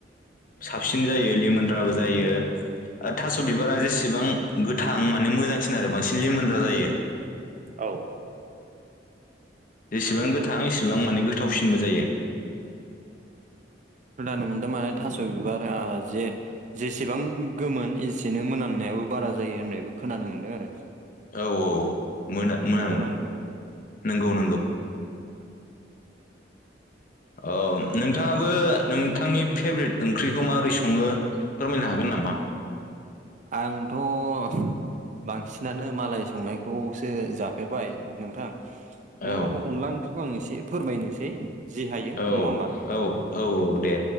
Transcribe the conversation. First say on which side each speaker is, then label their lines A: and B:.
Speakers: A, on the left; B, on the right.
A: साबसिन जायो लिमोनद्राबो जायो। ओ थास' बिबारा जेसेबां गोथां माने मोजांसिन आरो बांसिन लिमोनद्रा जायो।
B: औ।
A: जेसेबां गोथां एसेबां माने गोथावसिनबो जायो।
B: खोनानो मोनदों माने थास' बिबारा जे जेसेबां गोमोन एसेनो मोनामनायाबो बारा जायो होननायबो खोनानो मोनदों आरो।
A: औ औ मोना मोनामो
B: नंगौना
A: नोंगौ नोंगौ।
B: औ
A: अ नोंथाङाबो नोंथांनि फेभ्रेट ओंख्रिखौ माबोरै सङो फोरमायनो हागोन नामा।
B: आंथ' बांसिनानो मालाय संनायखौसो जाफेरबाय नोंथां। थेवबाबो
A: औ
B: अनला ओंख्रिखौ आं एसे फोरमायनोसै। जि हायो
A: औ
B: नङा होमबा।
A: औ औ दे